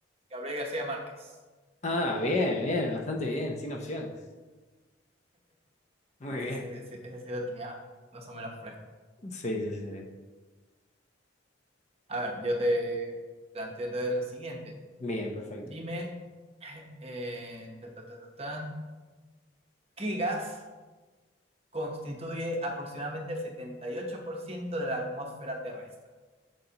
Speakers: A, on the right; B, on the left.
A: Gabriel García Márquez.
B: Ah, bien, bien, bastante bien, sin opciones. Muy
A: Sí,
B: bien.
A: sí, sí, sí, ese sí lo tenía más o menos fresco.
B: Sí, sí, sí. sí.
A: A ver, yo te planteo entonces la siguiente.
B: Bien, perfecto.
A: Dime, eh, ta, ta, ta, ta, tan, ¿qué gas constituye aproximadamente el 78% de la atmósfera terrestre?